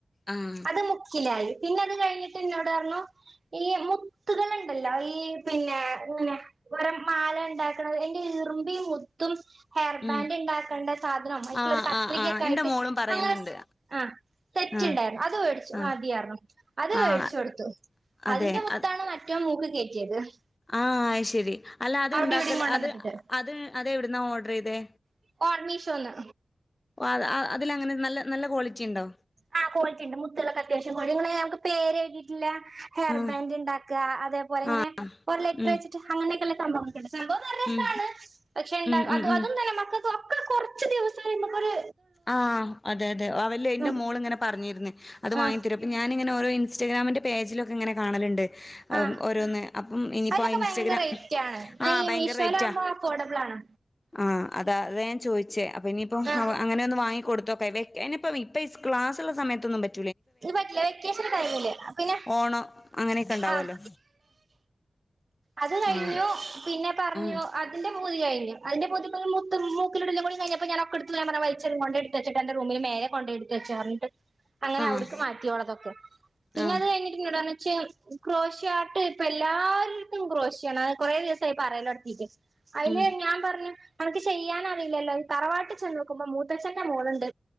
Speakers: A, on the left; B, on the right.
A: ആഹ്
B: അത് മുത്തിലായി പിന്നെ കഴിഞ്ഞിട്ടെന്നോട് പറഞ്ഞു ഈ മുത്തുകളുണ്ടല്ലോ ഈ പിന്നെ ഇങ്ങനെ ഓരോ മാല ഉണ്ടാക്കണത് എന്റെ ഇറുമ്പിയ മുത്തും ഹെയർ ബാൻഡ്
A: ഉം
B: ഉണ്ടാക്കേണ്ട സാധനം അവയ്ക്കുള്ളിലൊരു
A: ആഹ്
B: കത്രികയൊക്കെ
A: ആഹ് ആഹ് എന്റെ
B: ആയിട്ട്
A: മോളും പറയുന്നുണ്ട്.
B: അങ്ങനെ ആ സെറ്റ്
A: ആഹ്
B: ഉണ്ടായിരുന്നു അതുവേടിച്ചാരുന്നു
A: ആഹ്
B: അത്
A: ആഹ്
B: മേടിച്ചു കൊടുത്തു
A: അതെ
B: അതിന്റെ മുത്താണ്
A: അത്
B: മറ്റവൻ മൂക്കിൽ കേറ്റി <unintelligible>
A: ആഹ് ശരി അല്ല അതുണ്ടാക്കല്
B: അവിടെ ഇവിടെയും കൊണ്ടുവന്നിട്ടിട്ട്
A: അത് അത് അത് എവിടുന്നാ ഓർഡർ ചെയ് ദേ
B: <unintelligible> മീഷോന്ന്
A: അത് അതിലങ്ങനെ നല്ല നല്ല ക്വാളിറ്റി ഇണ്ടോ?
B: ആഹ് ക്വാളിറ്റി ഉണ്ട് മുത്തുകളൊക്ക അത്യാവ്യം ക്വാളി നിങ്ങള് ഞങ്ങക്ക് പേരെഴുതിട്ടില്ല ഹെയർ
A: ആഹ്
B: ബാൻഡ് ഉണ്ടാക്കുക അതേപോലെ ഇങ്ങനെ
A: ആഹ്
B: ഒരു ലെറ്റർ
A: ഉം
B: വെച്ചിട്ട് അങ്ങനെയൊക്കെള് <unintelligible> സംഭവം നല്ല രസാണ്
A: ഉം
B: പക്ഷെ <unintelligible>
A: ഉം ഉം
B: അത്
A: ഉം
B: മക്കക്ക് കൊറച്ച് ദിവസം കഴിഞ്ഞപകോരു
A: ആഹ് അതെ ദേ അല്ല എന്റെ
B: ഉം
A: മോള് ഇങ്ങനെ പറഞ്ഞി അത്
B: ആ
A: വാങ്ങി തരാൻ അപ്പോ ഞാനിങ്ങ ഇങ്ങനെ ഓരോ ഇൻസ്റ്റഗ്രാമിൻ്റെ പേജില് ഒക്കെ ഇങ്ങനെ കാണലുണ്ട്
B: ആ
A: ഓരോന്ന് അപ്പം ഇനിയിപ്പോ
B: അതിനൊക്കെ
A: ഇൻസ്റ്റഗ്രാം
B: ഭയങ്കര റേറ്റ് ആണ് എന്നാ
A: ആഹ്
B: ഈ
A: ഭയങ്കര
B: മീഷോയിലാകുമ്പോ
A: റേറ്റാ
B: അഫോർഡബിൾ ആണ്
A: ആഹ് അതാഅതാ ഞാൻ ചോദിച്ചേ അപ്പോ ഇനിയിപ്പോ
B: ആ
A: അവ വാങ്ങി കൊടുത്ത് നോക്കാം ഇനിയിപ്പോ ഇപ്പം ഈ ക്ലാസ്സുള്ള സമയത്തൊന്നും പറ്റ്
B: ഇത് പറ്റില്ല വെക്കേഷൻ്റെ ടൈമിൽ പിന്നെ
A: ഓണം അങ്ങനെയൊക്കെ ഉണ്ടാവുമല്ലോ
B: ആഹ് അത് കഴിഞ്ഞു
A: ആഹ്
B: പിന്നെ പറഞ്ഞു
A: ആഹ്
B: അതിൻ്റെ മു തി കഴിഞ്ഞു അതിന്റെ കൂടെ മുത്ത് മൂക്കിലിടലു കൂടി കഴഞ്ഞപ്പോൾ ഞാനവക്കടുത്ത് പറഞ്ഞു വലിച്ചെടുത്ത് കളയും കൊണ്ടെടുത്ത് വെച്ചൊ എന്റെ റൂമിൽ നേരെ കൊണ്ടെടുത്ത് വച്ചോന്ന് പറഞ്ഞിട്ട് അങ്ങനെ
A: ആഹ്
B: അവടൂക് മാറ്റിയൊള്ളതൊക്കെ പിന്നെ
A: ആഹ്
B: അത് കഴിഞ്ഞിട്ട് എന്നോട് പറഞ്ഞു പക്ഷെ ക്രോഷെറ്റ് ഇപ്പം എല്ലാരും ഉം ക്റോഷെ ആണ് കുറേ ദിവസം ആയി പറയല് തുടങ്ങിട്ട് അയില്
A: ഉം
B: ഞാൻ പറഞ്ഞു അനക്ക് ചെയ്യാൻ അറിയില്ലല്ലോ യ്യ് തറവാട്ടിൽ ചെന്ന് നോക്കുമ്പം മുത്തച്ഛന്റെ മോള്ണ്ട്